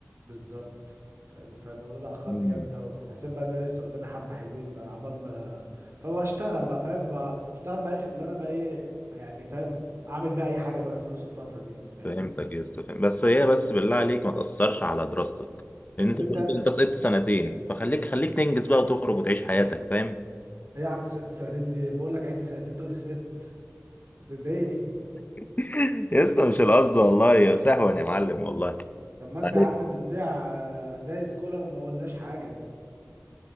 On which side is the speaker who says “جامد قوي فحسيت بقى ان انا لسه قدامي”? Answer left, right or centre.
Right